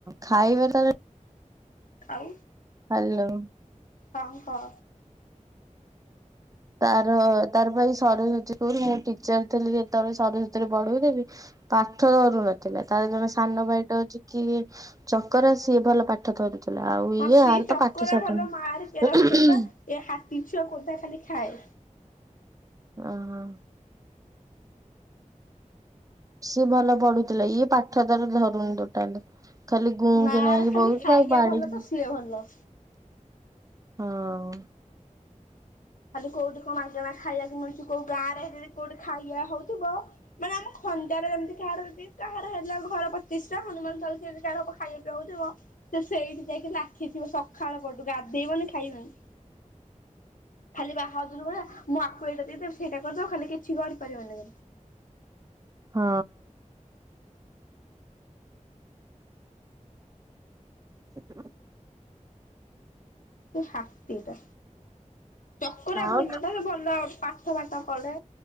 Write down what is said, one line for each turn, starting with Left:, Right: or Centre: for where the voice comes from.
Right: ଖାଇବା ତାର
Left: ଆଉ।
Right: ହ୍ୟାଲୋ।
Left: ହଁ କହ
Right: ତାର ତାର ଏପାଳି ସରୁଛି ସ୍କୁଲ ମୁଁ ଟିଚର ଥିଲି ଯେତେବେଳେ ସରସ୍ଵତୀ ରେ ପଢ଼ଉଥିଲି ପାଠ ଧରୁ ନଥିଲା ତାର ଜଣେ ସାନ ଭାଇଟେ ଅଛି କି ଚକରା ସିଏ ଭଲ ପାଠ ଧରୁଛି ଆଉ।
Left: ହଁ
Right: ଇଏ
Left: ସେ
Right: ଆର
Left: ଚକରା
Right: ତ ପାଠ ସାଠ
Left: ଭଲ ମାର୍କେ
Right: ନାହିଁ।
Left: ରଖେ ପା ଏ ହାତୀ ଛୁଆ କୋଦା ଖାଲି ଖାଏ
Right: ଓହ। ସିଏ ଭଲ ପଢୁଥିଲା ଇଏ ପାଠ ତାର ଧରୁନି ଟୋଟାଲି ଖାଲି ଗୁଁ
Left: ନାରେ
Right: କି ନା ହେଇକି
Left: ଖାଲି
Right: ବଉଛି
Left: ଖାଇବା
Right: ତ ଆଉ ବାଡେଇବି
Left: ଭଲ ତ ସିଏ ଭଲ।
Right: ହଁ।
Left: ଖାଲି କଉଠି କଣ ମାଗଣା ଖାଇବାକୁ ମିଳୁଛି କୋଉ ଗାଁରେ କି କୋଉଠି ଖାଇବା ହଉଥିବ ମାନେ ଆମ ଖଞ୍ଜାରେ ଯେମିତି କାହାର ବି କାହାର ହେଲା ଘର ପ୍ରତିଷ୍ଠା ହନୁମାନ ଚାଳିସା ଏମିତି କାହାର ହବ ଖାଇବା ପିଇବା ହଉଥିବ ସେ ସେଇଠି ଯାଇକି ଲାଖିଥିବ ସକାଳ ପହରଠୁ ଗାଧେଇବନି ଖାଇବନି ଖାଲି ବାହାଦରୁ ଭଳିଆ ମୁଁ ୟାକୁ ଏଇଟା ଦେଇଦେବି ସେଇଟା କରିଦବ ଖାଲି କିଛି କରିପାରିବନି
Right: ହଁ। ଟୁଟୁର୍ <inaudible>
Left: ସେ ହାତୀଟା ଚକରା
Right: ହଁ
Left: ଭଲ ଟା ସେ ଭଲ ପା ପାଠ ପଢେ